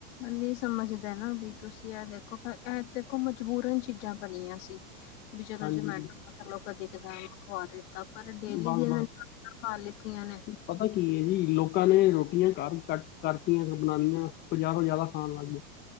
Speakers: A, on the left; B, on the left.
A: ਨਹੀਂ ਸਮਝਦੇ ਨਾ ਵੀ ਤੁਸੀਂ ਇਹ ਦੇਖੋ ਇਹ ਦੇਖੋ ਮਜਬੂਰਨ ਚੀਜ਼ਾਂ ਬਣੀਆਂ ਸੀ। ਵੀ ਚਲੋ
B: ਹਾਂਜੀ।
A: ਜੇਮੈਟੋ ਚਲੋ ਕਦੇ ਕਦਾਂ ਖਵਾ ਦਿੱਤਾ। ਪਰ ਡੇਲੀ
B: ਬਸ
A: ਜ
B: ਬਸ
A: ਮ <inaudible> ਖ ਲਿੱਤੀਆਂ ਨੇ।
B: ਪਤਾ ਕੀ ਹੈ ਜੀ ਲੋਕਾਂ ਨੇ ਰੋਟੀਆਂ ਘ ਕੱਟ ਕਰਤੀਆਂ ਨੇ ਬਣਾਣੀਆਂ। ਬਜਾਰੋ ਜਿਆਦਾ ਖਾਣ ਲੱਗ ਗਏ।